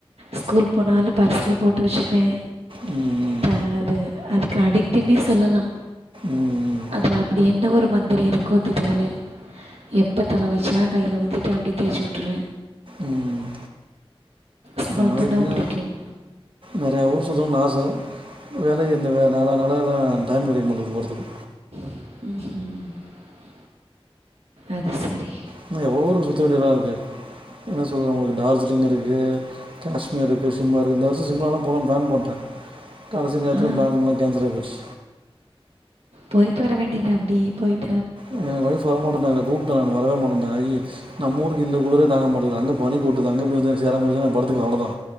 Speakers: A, on the right; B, on the right.
A: ஸ்கூல் போனாலு பர்ஸ்ல போட்டு வச்சிப்பே
B: ம்,
A: தராது அதுக்கு அடிட்னே சொல்லலா
B: ம்,
A: அதுல அப்டி என்ன ஒரு மந்த வேற இருக்கோ தெரியல எப்போ தல வலிச்சா கையில ஊத்திட் அப்டியே தேச்சு விட்ருவ
B: ம்
A: ஸ்மெல்
B: அவ
A: பண்ணவும்
B: என்னா
A: பிடிக்கும்
B: நறய ஊர் சுத்தனு ஆச வேல என் வேல னாலா டயம் கெடக்கமாட்டது போறத்க்கு
A: <unintelligible> அது செரி
B: இன்னு எவ்ளோருக்கு சுத்த வேண்டியல்லா இருக்து என்ன சொல்றது ஒங்களுக்கு டார்ஜிலிங் இருக்கு காஷ்மீரு இருக் சிம்லா இருக் இந்த வருஷோ சிம்லாலா போலா பிளான் போட்ட கடசி நேரத்துல
A: ஆ
B: பிளான் லா கேன்சல் ஆயி போச்சி
A: போய்ட் வர வேண்டியதா அப்டி போய்
B: என் ஒய்ஃப் வர மாட்டண்டாங்ளே கூப்ட்ட நா வரவே மாட்டண்ட்டாங்க ஹைஹில்ஸ் நம்ம ஊருக்கு இந்த குளுரே தாங்க முடில அங்க பனி கொட்டுது அங்க போய் சேரம போச்சுனா படுத்துக்குவே அவ்ளதா